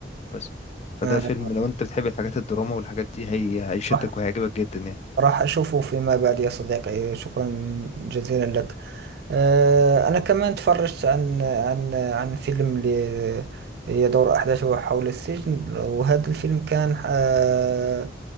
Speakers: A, on the left; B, on the right.
A: بس فده
B: أه
A: فيلم لو انت بتحب الحاجات الدراما والحاجات دي هي هيشدك
B: راح
A: وهيعجبك جدا يعني
B: راح أشوفه فيما بعد يا صديقي شكرا جزيلا لك آه، أنا كمان تفرجت عن عن عن فيلم ل- يدور أحداثه حول السجن وهذا الفيلم كان آه،